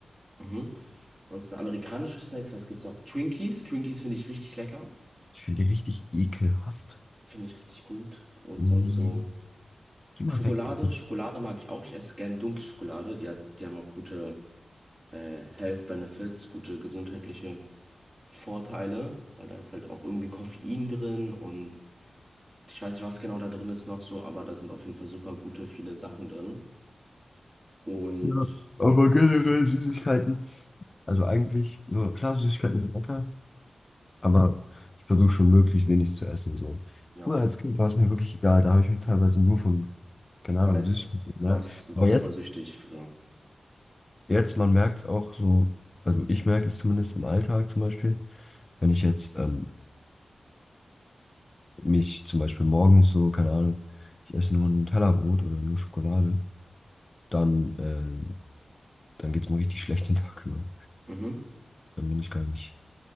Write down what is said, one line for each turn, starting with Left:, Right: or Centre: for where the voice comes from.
Right: Mhm. Ansonsten amerikanische Snacks, was gibt's noch? Twinkies. Twinkies finde ich richtig lecker.
Left: Ich finde die richtig ekelhaft.
Right: Finde ich richtig gut. Und
Left: Nee.
Right: sonst so
Left: Geh
Right: Schokolade.
Left: mal weg, Digga.
Right: Schokolade mag ich auch. Ich esse gern dunkle Schokolade. Die hat, die haben auch gute äh, Health Benefits, gute gesundheitliche Vorteile, weil da ist halt auch irgendwie Koffein drin und ich weiß nicht, was genau da drin ist noch so, aber da sind auf jeden Fall super gute viele Sachen drin. Und
Left: Ja, aber generell Süßigkeiten. Also eigentlich, so klar, Süßigkeiten sind lecker. Aber ich versuche schon möglichst wenig zu essen. So.
Right: Ja.
Left: Früher als Kind war es mir wirklich egal. Da habe ich mich teilweise nur von, keine
Right: ich
Left: Ahnung,
Right: weiß,
Left: Süßigkeiten
Right: du
Left: ernährt.
Right: warst, du
Left: Aber
Right: warst
Left: jetzt,
Right: voll süchtig früher.
Left: jetzt, man merkt es auch so, also ich merke es zumindest im Alltag zum Beispiel, wenn ich jetzt ähm, mich zum Beispiel morgens so, keine Ahnung, ich esse nur ein Tellerbrot oder nur Schokolade, dann, ähm, dann geht es mir richtig schlecht den Tag über.
Right: Mhm.
Left: Dann bin ich gar nicht